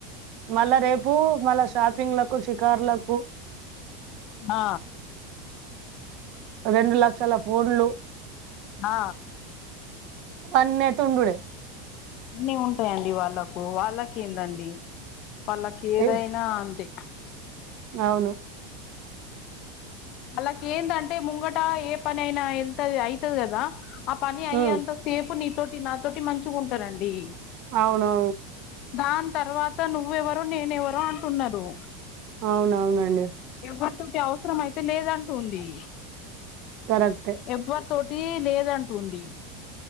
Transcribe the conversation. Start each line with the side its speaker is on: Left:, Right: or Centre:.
Right: మళ్ళా రేపు మళ్ళా షాపింగ్ లకు షికారులకు
Left: నా
Right: రెండు లక్షల ఫోన్లు
Left: నా
Right: అవన్నీ అయితే ఉండుడే
Left: అన్నీ ఉంటాయండి వాళ్ళకు వాళ్ళకి ఏందండి వాళ్ళకి ఏదైనా
Right: ఏ,
Left: అంతే
Right: అవును
Left: వాళ్ళకు ఏంటంటే ముంగట ఏ పని అయినా ఎంత అయతది కదా ఆ పని అయ్యేంత
Right: ఉమ్
Left: తేపు నీతోటి నాతోటి మంచిగా ఉంటారండి
Right: అవును
Left: దాని తర్వాత నువ్వు ఎవరో నేను ఎవరో అంటున్నారు
Right: అవునవునండి
Left: ఎవరితోటి అవసరం అయిత లేదంటుంది
Right: కరెక్టే
Left: ఎవ్వరి తోటి లేదు అంటుంది